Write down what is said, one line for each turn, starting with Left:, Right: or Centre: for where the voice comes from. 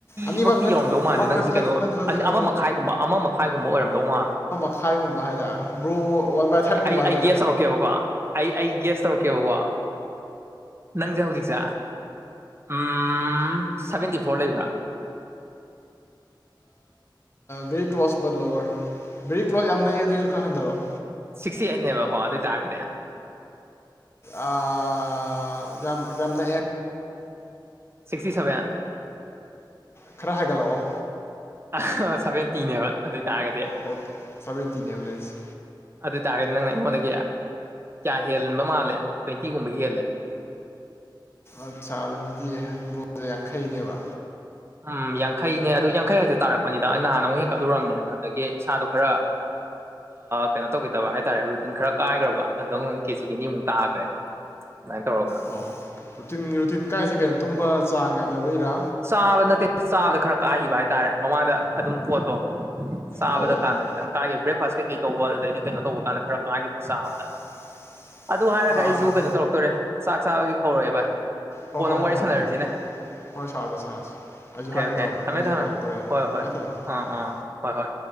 Left: ꯑꯅꯤꯃꯛ
Right: ꯏꯃꯛꯇꯤ ꯌꯧꯔꯝꯗꯧ ꯃꯥꯜꯂꯦ
Left: ꯃꯛ
Right: ꯅꯪꯁꯦ
Left: ꯅꯠꯇ꯭ꯔꯁꯨ
Right: ꯀꯩꯅꯣ
Left: ꯅꯠꯇ꯭ꯔꯁꯨ
Right: ꯑ ꯑꯃ ꯃꯈꯥꯏꯒꯨꯝꯕ ꯑꯃ ꯃꯈꯥꯏꯒꯨꯝꯕ ꯑꯣꯏꯔꯝꯗꯧ ꯃꯥꯜꯂꯦ꯫
Left: ꯈꯥꯏꯚꯒꯨꯝꯕ ꯍꯥꯏꯇꯥꯔꯥ ꯕ꯭ꯔꯨ ꯋꯥꯟ ꯕꯥꯏ ꯊꯥꯔꯠꯀꯨꯝꯕ
Right: ꯑꯩ
Left: ꯍꯥꯏ
Right: ꯑꯩ ꯒ꯭ꯌꯥꯁ ꯇꯧꯔꯛꯀꯦꯕꯀꯣ ꯑꯩ ꯑꯩ ꯒ꯭ꯌꯥꯁ ꯇꯧꯔꯛꯀꯦꯕꯀꯣ ꯅꯪꯁꯦ ꯍꯧꯖꯤꯛꯁꯦ ꯎꯝ ꯁꯚꯦꯟꯇꯤ ꯐꯣꯔ ꯂꯩꯕ꯭ꯔꯥ
Left: very close but lower very close ꯌꯥꯝ ꯅꯛ ꯑꯦ ꯑꯗꯨꯑꯣꯏꯁꯨ ꯈꯔ ꯍꯟꯊꯔꯛꯑꯣ
Right: ꯁꯤꯛꯇꯤ ꯑꯩꯠꯅꯦꯕꯀꯣ ꯑꯗꯨ ꯑꯣꯏ ꯇꯥꯔꯒ꯭ꯔꯦ
Left: ꯑ ꯌꯥꯝ ꯅꯛ ꯑꯦ
Right: ꯁꯤꯛꯁꯇꯤ ꯁꯚꯦꯟ꯫
Left: ꯈꯔ ꯍꯥꯏꯍꯠꯂꯛꯑꯣ
Right: ꯑ ꯁꯚꯦꯟꯇꯤꯅꯦꯕ ꯑꯗꯨ ꯑꯣꯏꯇꯥꯥꯔꯒꯗꯤ
Left: ꯑꯣ ꯁꯕꯦꯟꯗꯤꯅꯦ ꯍꯕ ꯂꯩꯖ꯫
Right: ꯑꯗꯨ ꯑꯣꯏꯇꯥꯥꯔꯒꯗꯤ ꯅꯪꯅ ꯑꯩꯉꯣꯟꯗꯒꯤ ꯀꯌꯥ ꯍꯦꯟꯕ ꯃꯥꯜꯂꯦ ꯇ꯭ꯋꯦꯟꯇꯤꯒꯨꯝꯕ ꯍꯦꯜꯂꯦ꯫
Left: ꯑꯠꯁꯥ ꯑꯗꯨꯗꯤ ꯕꯨꯛꯁꯦ ꯌꯥꯡꯈꯩꯅꯦꯕ
Right: ꯎꯝ ꯌꯥꯡꯈꯩꯅꯤ ꯑꯗꯨ ꯌꯥꯡꯈꯩ ꯍꯥꯏꯁꯨ ꯇꯥꯔꯛꯄꯅꯤꯗ ꯑꯩꯅ ꯅꯍꯥꯟꯅ ꯑꯃꯨꯛ ꯍꯦꯟꯀꯠꯂꯨꯨꯔꯔꯕꯅꯦ ꯑꯗꯒꯤ ꯏꯁꯥꯗꯣ ꯈꯔ ꯀꯩꯅꯣ ꯇꯧꯒꯦꯗꯕ ꯍꯥꯏꯇꯥꯔꯦ ꯔꯨꯇꯤꯟ ꯈꯔ ꯀꯥꯏꯈ꯭ꯔꯕ ꯑꯝ ꯀꯦꯖꯤꯒꯤ ꯑꯅꯤꯃꯨꯛ ꯇꯥꯈ꯭ꯔꯦ꯫ ꯑꯗꯨꯃꯥꯏꯅ ꯇꯧꯔꯒ
Left: ꯑꯣ ꯔꯨꯇꯤꯟ ꯔꯨꯇꯤꯟ ꯀꯥꯏꯁꯦ ꯀꯩꯅꯣ ꯇꯨꯝꯕ ꯆꯥꯡ ꯅꯥꯏꯗꯕꯩꯔꯥ
Right: ꯆꯥꯕ ꯅꯠꯇꯦ ꯆꯥꯕꯗ ꯈꯔ ꯀꯥꯏꯈꯤꯕ ꯍꯥꯏꯇꯥꯔꯦ ꯃꯃꯥꯡꯗ ꯑꯗꯨꯝ ꯄꯣꯠꯇꯣ ꯆꯥꯕꯗ
Left: ꯑꯧ
Right: ꯀꯥꯟꯗ
Left: ꯑꯣ ꯑꯣ
Right: ꯀꯥꯏꯒꯦ ꯕ꯭ꯔꯦꯛꯐꯥꯁ ꯀꯩꯀꯩ ꯇꯧꯕ ꯑꯗꯒꯤꯩ ꯀꯩꯅꯣ ꯇꯧꯕ ꯀꯥꯟꯗ ꯈꯔ ꯀꯥꯏꯒꯦ ꯆꯥꯕꯗ
Left: <inaudible>
Right: ꯑꯗꯨ ꯍꯥꯏꯔꯒ
Left: ꯑꯥ
Right: ꯑꯩꯁꯨ
Left: ꯑꯥ ꯑꯥ
Right: ꯀꯩꯅꯣ ꯇꯧꯔꯛꯇꯣꯔꯦ ꯆꯥꯛ ꯆꯥꯕꯒꯤ ꯀꯧꯔꯛꯑꯦ
Left: ꯍꯣꯏ
Right: ꯀꯣꯟꯅꯥ
Left: ꯍꯣꯏ
Right: ꯑꯃꯨꯛ
Left: ꯍꯣꯏ ꯍꯣꯏ
Right: ꯋꯥꯔꯤ ꯁꯥꯟꯅꯔꯤꯁꯤꯅꯦ꯫
Left: ꯍꯣꯏ ꯍꯣꯏ ꯁꯥꯔꯁꯦ ꯁꯥꯔꯁꯦ ꯑꯩꯁꯨ ꯍꯥꯏꯒꯦ
Right: ꯑꯣꯀꯦ
Left: ꯇꯧꯔꯝꯕꯅꯦ
Right: ꯊꯝꯃꯦ
Left: ꯑꯩꯁꯨ
Right: ꯊꯝꯃꯦ
Left: ꯀꯧꯔꯛꯇꯣꯔꯦꯅ
Right: ꯍꯣꯏ ꯍꯣꯏ
Left: ꯊꯥꯃꯦ ꯊꯝꯃꯑꯣ
Right: ꯑꯥ
Left: ꯎꯝ
Right: ꯑꯥ ꯍꯣꯏ ꯍꯣꯏ